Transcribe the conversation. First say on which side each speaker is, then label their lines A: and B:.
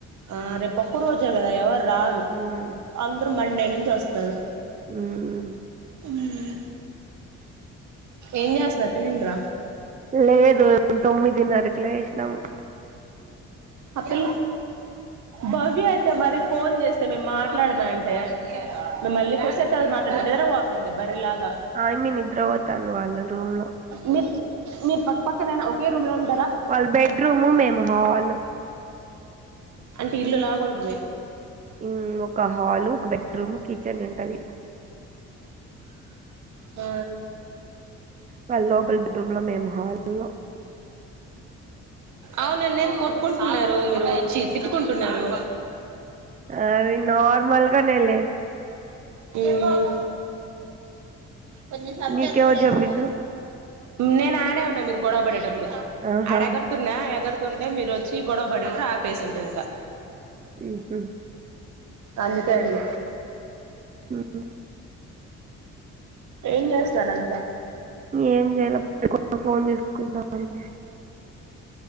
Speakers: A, on the right (about 70°); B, on the right (about 25°).
A: ఆ రేప్ ఒక్క రోజే కదా ఎవర్ రారు
B: ఉమ్
A: అందరు మండే నుంచ్ స్తరు
B: ఉమ్
A: హమ్ ఎం జేస్తున్నర్ తినిన్ర
B: లే లేదు తొమ్మిదినరకులే నువు
A: ఆపిల్ భవ్య అయితే మరి ఫోన్ చేస్తే మేము మాట్లాడమ అంటే మేము మళ్ళీ <unintelligible> మాట్లాడుత పోతుంది బర్రీలాగ్
B: ఆ యమ్మీ నిద్రపోతాంది వాళ్ళ రూమ్ లో
A: మీ మీరు పక్కపక్క నేన ఒకే రూమ్ లో ఉ
B: వాళ్ళ బెడ్రూము మేము హల్
A: అంటే ఇల్లు లాగుంటది
B: హమ్ ఒక హల్ ఒక బెడ్రూమ్ కిచన్ ఉంటది
A: ఆ
B: వాళ్ళ లోపల్ బెడ్రూమ్ లో మేము హాల్లో
A: అవునండి నేను కొట్టుకుంటున్నారు మీరు చి తిట్టుకుంటున్నరు
B: అది నార్మల్గానేలే
A: హమ్ ప సాత్జలు
B: నీకెవరు
A: కూడాడస్
B: చెప్పిండ్రు
A: కా నేను ఆడే ఉన్న మీర్ గొడవ పడేటప్పుడు ఇప్పుడు
B: ఆహా
A: ఆడ ఎగరుతున్నా ఎగరు ఉంటే మీరు వచ్చి గొడవ పడిండు ఆపేసిండ్రు ఇంకా
B: ఉమ్మ్
A: అందుకే అడిగ
B: ఉమ్మ్
A: ఏం చేస్తార్ అంత
B: ఏం చేయాల పడుకొని ఫోన్ చూసుకుంటాన్న